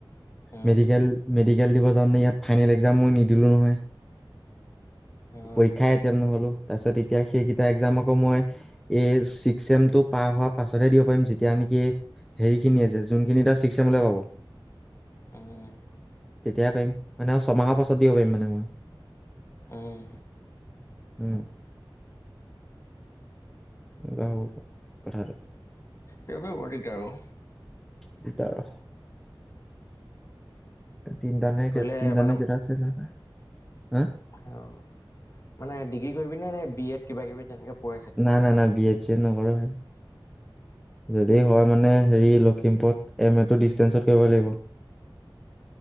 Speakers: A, on the left (about 35°); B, in the centre.
A: উম
B: মেডিকেল মেডিকেল দিব যে ইয়াত ফাইনেল এক্জাম মই নিদিলো নহয়
A: অ
B: পৰীক্ষাইটম নহলো তাৰপিছত এতিয়া সেইকেইটা এক্জাম আকৌ মই এইছিকসেম পাৰ হোৱাৰ পাছতহে দিব পাৰিম যেতিয়া নেকি হেৰি খিনি আ যে যোনখিনি এটা ছিক্স এমলে পাব
A: উম
B: তেতিয়াই পাৰিম মানে আৰু ছমাহৰ পাছত দিব পাৰিম মানে মই
A: উম
B: উ এ হব কথা ব
A: সেইবোৰে বৰ দিগদাৰ অ
B: দিগদাৰ অ তিনটা নে
A: কৰিলে
B: তিনিটা
A: মানে
B: কেইটা আছিল নহয়। হা
A: অ মানে ডিগ্ৰী কৰিবিনে বি এড কিবা কিবি তেনেকে পইছিল
B: নাই নাই নাই বি এড চিয়েড নকৰো হয়। যদি হয় মানে হেৰি লখিমপুৰত এম এটো ডিষ্টেঞ্চত কৰিব লাগিব